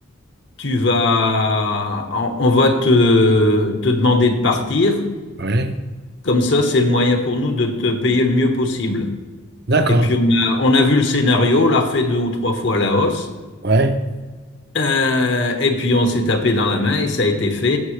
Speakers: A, on the left; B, on the right.
A: tu vas, on, on va te, te demander de partir.
B: ouais,
A: Comme ça, c'est le moyen pour nous de te payer le mieux possible.
B: d'accord.
A: Et puis on a, on a vu le scénario, on l'a refait deux ou trois fois à la hausse.
B: Ouais,
A: Euh, et puis on s'est tapé dans la main et ça a été fait.